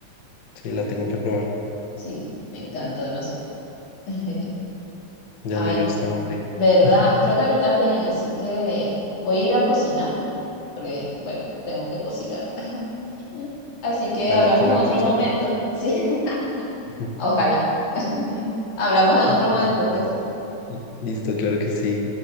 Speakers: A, on the left; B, on the left.
A: Sí, la tengo que probar.
B: Sí, me encanta demasiado. <laughs>
A: Ya
B: Ay,
A: me dio esta hambre.
B: ¿verdad?
A: <laughs>
B: Creo que a mí también, así que voy a ir a cocinar, porque, bueno, tengo que cocinar. <laughs> Así que
A: Dale
B: hablamos
A: a comer
B: en otro
A: cachapa.
B: momento, ¿sí? <laughs>
A: <laughs>
B: Ojalá. <laughs> Hablamos en otro
A: Listo.
B: momento, entonces.
A: Listo, claro que sí.